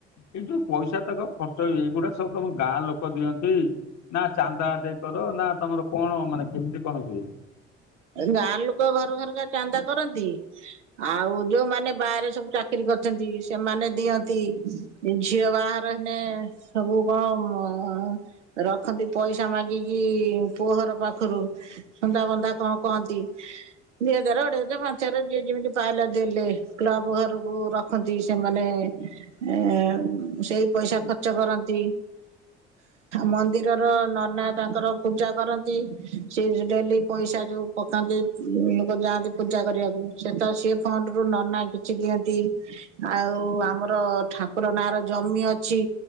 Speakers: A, on the left (about 50°); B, on the right (about 85°).
A: ଏଇ ଯୋଉ ପଇସା ତକ ଖ ଚ, ଏଇଗୁଡା ସବୁ ତମ ଗାଁ ଲୋକ ଦିଅନ୍ତି? ନା ଚାନ୍ଦା ଆଦାୟ କର ନା ତମର କଣ ମାନେ କେମିତି, କଣ ହୁଏ?
B: ଗାଁ ଲୋକ ଘର ଘରକା ଚାନ୍ଦା କରନ୍ତି ଆଉ ଯୋଉମାନେ ବାହାରେ ସବୁ ଚାକିରି କରି ଚନ୍ତି ସେମାନେ ଦିଅନ୍ତି। ଝିଅ ବାହାଘର ହେନେ ସବୁ କମ ରଖନ୍ତି ପଇସା ମାଗିକି ପୁଅ ଘର ପାଖରୁ। ଚନ୍ଦ୍ର ବନ୍ଧା କଣ କହନ୍ତି। ଦୁଇ ହଜାର, ଅଢେଇ ହଜାରେ, ମାଞ୍ଚ ହଜାରେ ଯିଏ ଯେମିତି ପାଇଲା ଦେଲେ। କ୍ଳବ ଘରକୁ ରଖ ରଖନ୍ତି। ସେମାନେ ଏ ସେଇ ପଇସା ଖର୍ଚ୍ଚ କରନ୍ତି। ମନ୍ଦିରର ନନା ତାଙ୍କର ପୂଜା କରନ୍ତି। ସେ ଡେଲି ପଇସା ଯୋଉ ପକାନ୍ତି ରେ ଯାଆନ୍ତି ପୂଜା କରିବାକୁ ସେ ତ ସିଏ ଫଣ୍ଡ ରୁ ନନା ସେ ଦିଅନ୍ତି। ଆଉ ଆମର ଠାକୁର ନାଁ ର ଜମି ଅଛି।